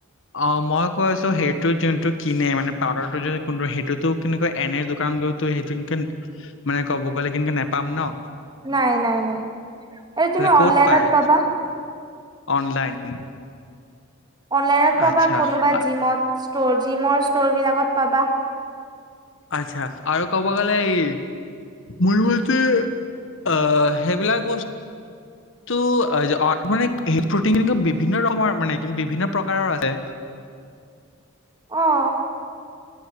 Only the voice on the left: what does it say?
অ' মই কৈ আছো সেইটো যোনটো কিনে মানে পাউদাৰটো যুণ্ কোনটো সেইটোতো কেনেকুৱা এনে দোকান গইটো সেইটোনকুন মানে ক'ব গ'লে কিন্তু নেপাম ন।
ক'ত
পায়
অনলাইন।
আচ্ছা
আ-
আচ্ছা আৰু কব গলে এই মোৰো ইয়াতে অ সেইবিলাক বস্তুটো <unintelligible> মানে হেৰি প্ৰ'টিন কিন্তু বিভিন্ন ৰকমৰ মানে কি বিভিন্ন প্ৰকাৰৰ আছে।